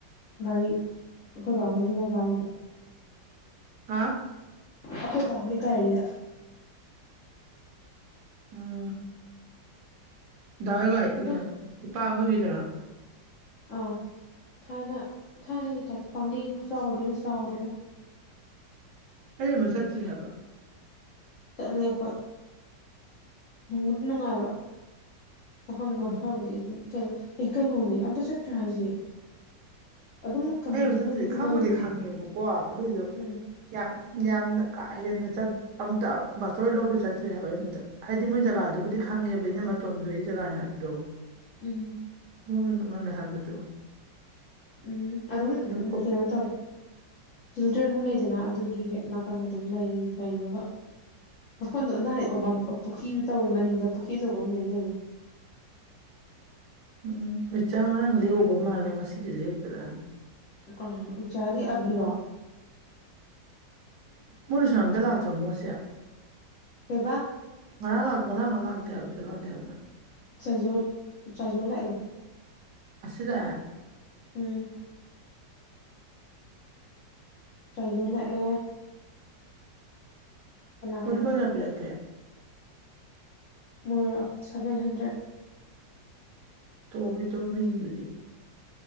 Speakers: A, on the left (about 65°); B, on the right (about 75°).
A: ꯒꯥꯔꯤ ꯑꯩꯈꯣꯏꯗꯧ ꯑꯣꯏꯒꯦꯔ ꯒꯥꯔꯤꯗ
B: ꯍꯥꯥ
A: ꯑꯈꯣꯏꯗꯥ ꯍꯣꯏ ꯒꯥꯔꯤꯗ
B: ꯎꯝ ꯗꯑꯒ
A: ꯑꯗꯨꯝ
B: ꯄꯄꯥꯈꯣꯏꯒꯤꯗꯔ
A: ꯑꯥ ꯊꯥꯏꯅ ꯊꯥꯏꯅꯒꯤ ꯇꯥꯏꯞꯇ ꯄꯥꯡꯒꯩ ꯈꯨ ꯆꯥꯎꯗꯨꯗꯤ ꯆꯥꯎꯗ꯭ꯔꯦꯗ
B: ꯑꯩ ꯑꯝꯇ ꯆꯠꯇ꯭ꯔꯤ ꯍꯥꯏꯕ
A: ꯆꯠꯂꯦ ꯈ ꯅꯨꯡꯕꯨꯗꯤ ꯅꯨꯡꯉꯥꯏꯕ ꯑ ꯅꯈꯥꯕꯨ
B: ꯎꯝ
A: ꯑꯦ ꯀꯩꯅꯣꯅꯦ ꯑꯝꯇ ꯆꯠꯇ꯭ꯔꯥ ꯍꯥꯏꯁꯦ ꯑꯗꯨꯝ ꯀꯝꯃ꯭ꯌꯨꯅꯤꯇꯤ
B: ꯑꯩ ꯑꯃꯇ ꯆꯠꯇ꯭ꯔꯤ
A: ꯍꯣꯜꯗꯨꯒꯤ
B: ꯈꯪꯕꯨꯗꯤ
A: ꯃꯅꯤꯡꯅꯤ
B: ꯈꯪꯉꯦꯕꯀꯣ ꯑꯗꯨꯏꯁꯨ
A: ꯎꯝ
B: ꯌꯥꯝ ꯌꯥꯝꯅ ꯀꯥ ꯍꯦꯟꯅ ꯆꯠ ꯑꯝꯇ ꯕꯥꯆꯧ ꯍꯣꯏ ꯂꯧꯕꯒ ꯆꯠꯇ꯭ꯔꯤ ꯍꯥꯏꯕ ꯑꯩ ꯑꯝꯇ ꯍꯥꯏꯗꯤ ꯃꯣꯏ ꯖꯒꯥꯗꯨꯕꯨꯗꯤ ꯈꯪꯉꯦꯕ ꯏꯩꯅꯝꯃꯇꯣꯝꯕꯤ ꯍꯣꯏꯒꯤ ꯖꯒꯥꯅꯦ ꯍꯥꯏꯕꯗꯣ
A: ꯎꯝ
B: ꯃ ꯃ ꯍꯥꯏꯕꯗꯨ
A: ꯎꯝ ꯑꯗꯨꯝ
B: ꯅꯀꯨꯞ
A: ꯎꯝ ꯀꯩꯅꯣ ꯇꯧꯋꯦ ꯆꯤꯜꯗ꯭ꯔꯦꯟ ꯍꯣꯝ ꯂꯩꯗꯅ ꯑꯗꯨꯒꯤ ꯍꯦꯛ ꯅꯥꯀꯟꯗ ꯑꯗꯨꯝ ꯂꯩ ꯂꯩꯔꯒ ꯃꯐꯝꯗꯟꯅ ꯍꯥꯏ ꯄꯨꯈ꯭ꯔꯤꯁꯨ ꯇꯧꯋꯦ ꯃꯅꯤꯡꯗ ꯄꯨꯈ꯭ꯔꯤ ꯑꯆꯧꯕ ꯑꯃ ꯂꯩ ꯂꯩꯔꯃꯤ
B: ꯎꯝ ꯑꯩ ꯆꯥ ꯉꯔꯥꯡ ꯂꯍꯧꯕ ꯃꯥꯜꯂꯦ ꯉꯁꯤꯗꯤ ꯂꯦꯛꯇ꯭ꯔꯥ
A: ꯀꯅꯥꯅꯣ ꯎꯆꯥꯥꯗꯤ ꯑꯕꯤꯔꯣ
B: ꯃꯣꯔꯁ ꯑꯝꯇ ꯂꯥꯛꯇ꯭ꯔꯣ ꯃꯣ ꯑꯁꯦ
A: ꯀꯩꯕꯥ
B: ꯉꯔꯥꯡ ꯂꯥꯛ ꯉꯔꯥꯡꯂ ꯂꯥꯛꯇꯦ ꯍꯥꯏꯕꯗꯨꯁꯨ ꯂꯥꯛꯇꯦ ꯍꯥꯏꯕꯗ
A: ꯆꯥꯏꯖꯣ ꯆꯥꯏꯖꯣ ꯂꯥꯛꯑꯦ
B: ꯉꯁꯤ ꯂꯥꯛꯑꯦ
A: ꯎꯝ ꯆꯥꯏꯖꯣꯂꯛꯑꯦ
B: ꯑꯣꯂꯄ
A: ꯀꯅꯥ
B: ꯉꯥꯄꯂꯀꯦ
A: ꯃꯣꯏꯔꯣ ꯁꯚꯦꯟ ꯍꯟꯗ꯭ꯔꯦꯠ
B: ꯇ ꯃꯤ ꯇ ꯃꯤꯁꯤꯗꯨꯗꯤ